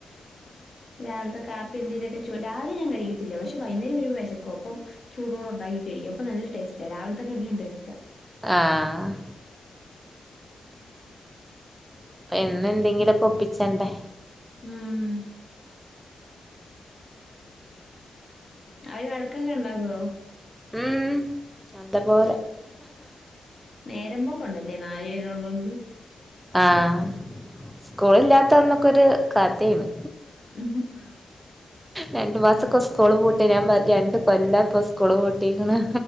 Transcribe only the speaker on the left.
രാവിലത്തെ കാപ്പി എന്തേലൊക്കെ ചുട രാവിലെ ഞാൻ കഴിക്കത്തില്ല പക്ഷെ വൈന്നേരം വരുമ്പം വെശക്കും അപ്പം ചൂടോടൊണ്ടാക്കി കഴിയ്ക്കും അപ്പം നല്ലടേസ്റ്റാ രാവിലത്തേക്കാട്ടിലും ടേസ്റ്റാ
ഉം അവര് വഴക്കൊക്കെ ഉണ്ടാക്കുവോ
നേരമ്പോക്കൊണ്ടല്ലേ നാല് പേര് ഒള്ളോണ്ട്
ഉഹ് ഉം